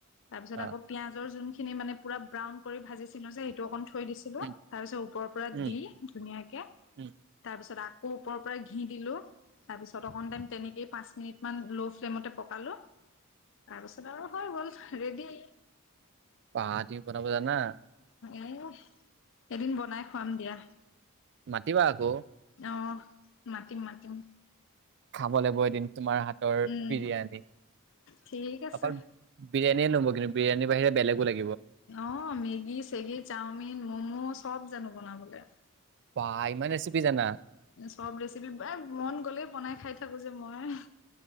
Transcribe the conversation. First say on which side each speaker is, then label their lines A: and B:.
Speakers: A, on the left; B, on the right.
A: তাৰপিছত
B: অ',
A: আকৌ পিয়াজৰ যোনখিন খিনি মানে পুৰা ব্ৰাউন কৰি ভাজিছিলোঁ যে এইটো অকণ থৈ দিছিলো
B: উম,
A: তাৰপিছত ওপৰৰ পৰা
B: উম,
A: দি ধুনীয়াকে,
B: উম,
A: তাৰপিছত আ আকৌ ওপৰৰ পৰা ঘি দিলো। তাৰ পিছত অকন টাইম তেনেক পাঁচ মিনিটমান ল' ফ্লেমতে পকালো তাৰপিছত আৰু হৈ গ'ল। ৰেডি।
B: পাহাতি বনাব জানা?
A: এহ এদিন বনাই খুৱাম দিয়া।
B: মাতিবা আকৌ।
A: অ' মাতিম মাতিম।
B: খাব লাগিব এদিন। তোমাৰ হাতৰ
A: উম
B: বিৰিয়ানি।
A: ঠিক আছে
B: অকল বিৰিয়ানিয়ে <unintelligible> কিন্তু বিৰিয়ানিৰ বাহিৰে বেলেগো লাগিব
A: অ' মেগী-চেগি, চাওমিন মম'চ <unintelligible> জানো বনাবলৈ
B: বাহ ইমান ৰেচিপি জানা?
A: চব ৰেচিপি এই মন গ'লেই বনাই খাই থাকো যে মই।